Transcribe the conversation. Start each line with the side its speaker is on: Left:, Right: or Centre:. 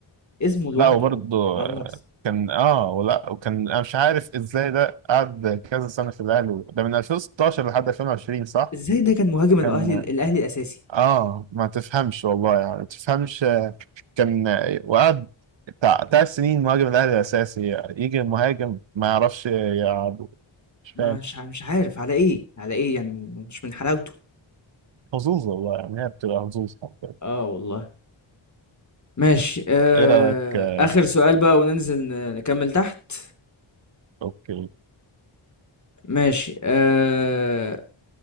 Left: اسمه لوحده
Right: لا وبرضه
Left: مروان محسن
Right: كان اه ولا وكان انا مش عارف ازاي ده قعد كذا سنه في الاهلي ده من 2016 لحد 2020 صح؟
Left: ازاي ده كان مهاجم الاهلي
Right: كان
Left: الاهلي الاساسي
Right: اه ما تفهمش والله يعني ما تفهمش كان وقعد بتاع تلات سنين مهاجم الاهلي الاساسي يجي مهاجم ما يعرفش يلعب مش فاهم
Left: مش ع- مش عارف على ايه على ايه يعني مش من حلاوته
Right: حظوظ والله يعني هي بتبقى حظوظ حرفيا
Left: اه والله ماشي آه...
Right: ايه رايك آه،
Left: آخر سؤال بقى وننزل ن- نكمل تحت
Right: اوكي
Left: ماشي آه...